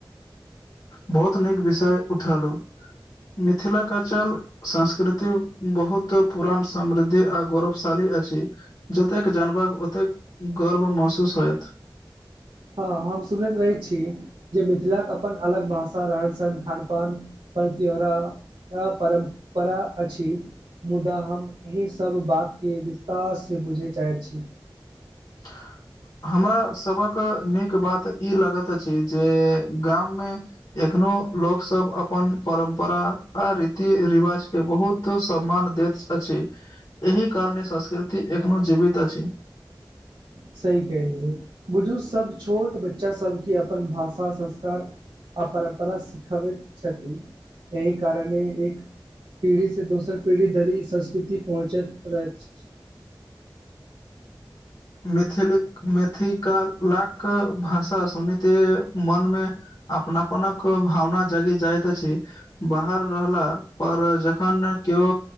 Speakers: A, on the left (about 60°); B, on the right (about 70°).
A: बहुत नीक विषय उठैलु मिथिलाक चल संस्कृति बहुत पुरान समृद्धि आर गौरवशाली अछि। जतेक जानबै ओतेक गर्व महसूस होयत।
B: हँ हम सुनैत रहै छी जे मिथिलाके अपन अलग भाषा रहन सहन खान पान पर्व त्योहार त‌ परम्परा अछि। मुदा हम एहि सभ बातके विस्तारसँ बुझय चाहैत छी।
A: <inaudible> हमरा सभक नीक बात ई लगैत अछि जे गाममे एखनो लोक सब अपन परम्परा आ रीति रिवाज के बहुत त सम्मान दैत अछि एहि कारणे संस्कृति एखनो जीवित अछि।
B: सही कहिलु बुजुर्ग सब छोट बच्चा सबके अपन भाषा संस्कार आ परम्परा सिखावैत छथि एहि कारणे एक पीढ़ी से दोसर पीढ़ी धरी संस्कृति पहुँचैत रहैत छ
A: मैथिलीक मिथिलाक भाषा सुनिते मनमे अपनापनक भावना जगी जाइत अछि। बाहर रहला पर जखन केओ